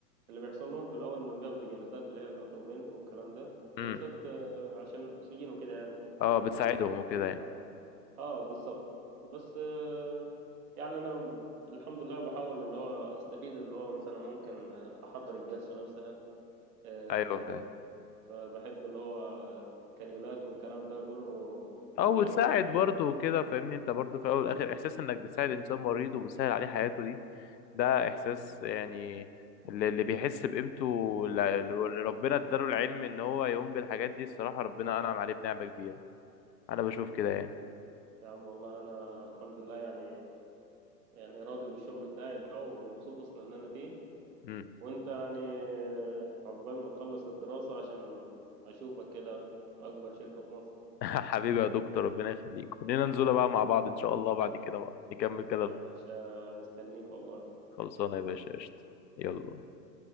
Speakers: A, on the right; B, on the left.
A: اللي بيحصل لهم في الاول انهم بياخدوا جلسات اللي هي الاتروفنت والكلام ده
B: امم
A: جلسات آه، عشان اكسجين وكده يعني يظبطوا
B: اه بتساعدهم
A: ال- التنفس
B: وكده يعني
A: بتاعهم اه بالظبط بس آه، يعني انا الحمد لله بحاول اللي هو استفيد اللي هو مثلا ممكن آه، احضر الجلسه نفسها آه،
B: ايوه فاهم
A: ب- بحب اللي هو الكانيولات والكلام ده كله
B: او
A: اللي هي
B: بتساعد
A: الهاند سيلز
B: برضه وكده فاهمني انت برضه في الاول والاخر احساس انك بتساعد انسان مريض وبتسهل عليه حياته دي ده احساس يعني اللي اللي بيحس بقيمته اللي اللي ربنا اداله العلم ان هو يقوم بالحاجات دي الصراحة ربنا انعم عليه بنعمة كبيرة انا بشوف كده يعني
A: يا عم والله انا الحمد لله يعني يعني راضي بالشغل بتاعي ده ومبسوط اصلا ان انا فيه
B: امم
A: وانت يعني عقبال ما تخلص الدراسة عشان اشوفك كده في اكبر شركة في مصر
B: <laughs> حبيبي يا دكتور ربنا يخليك خلينا ننزل بقى مع بعض ان شاء الله بعد كده بقى نكمل كلام
A: يا باشا مستنيك والله
B: خلصانه يا باشا قشطة يلا